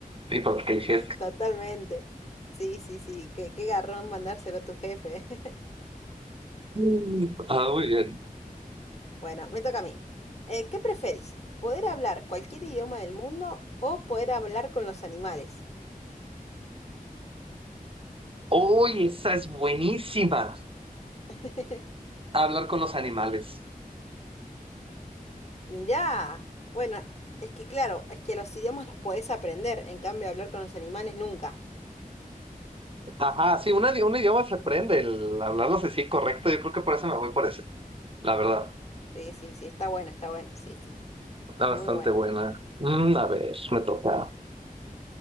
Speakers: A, on the right (about 40°); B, on the left (about 45°).
A: Y para que el jefe.
B: totalmente. Sí, sí, sí, qué, qué garrón mandárselo a tu jefe. <laughs>
A: Mm. Ah, muy bien.
B: Bueno, me toca a mí. Eh, ¿qué preferís? ¿Poder hablar cualquier idioma del mundo o poder hablar con los animales?
A: uy esa es buenísima.
B: <laughs>
A: Hablar con los animales.
B: Mirá, bueno, es que claro, es que los idiomas los podés aprender, en cambio hablar con los animales nunca.
A: Ajá, sí, un, un idioma se aprende, el hablarlo así correcto, yo creo que por eso me voy por ese, la verdad.
B: Sí, sí, sí, está bueno, está bueno, sí, sí,
A: Está
B: es
A: bastante
B: muy bueno.
A: buena. Mm, a ver, me toca.